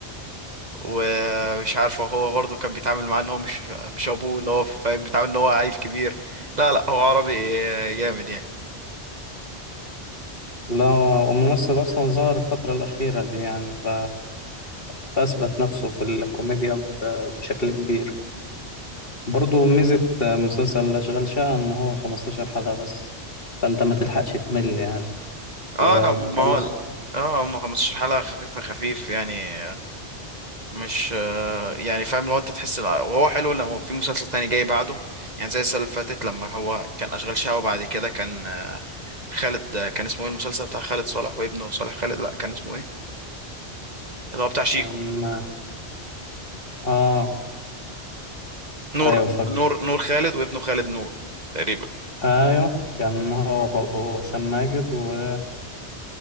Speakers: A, on the right; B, on the left.
A: ومش عارفه هو برضو كان بيتعامل معاه ان هو مش مش ابوه اللي هو فاهم بيتعامل ان هو عيل كبير لا لا هو عربي جامد يعني
B: لا هو الممثل أصلا ظهر الفترة الأخيرة دي يعني ف... فأثبت نفسه في الكوميديا ب... بشكل كبير برضه ميزة مسلسل أشغال شقة إن هو 15 حلقة بس فأنت ما تلحقش تمل يعني
A: اه
B: اللي هو
A: لا ما
B: تخلص
A: هو ال-
B: حاجة.
A: اه هم 15 حلقة خفيفة خفيف يعني مش آه، يعني فاهم لو انت تحس لا- وهو حلو لما في مسلسل تاني جاي بعده يعني زي السنة اللي فاتت لما هو كان أشغال شقة وبعد كده كان آه، خالد آه، كان اسمه ايه المسلسل بتاع خالد صالح وابنه صالح خالد لا كان اسمه ايه اللي هو بتاع شيكو
B: كان آه
A: نور
B: أيوه فاكر
A: نور نور خالد وابنه خالد نور تقريبا
B: أيوه كان هو برضه هشام ماجد وكريم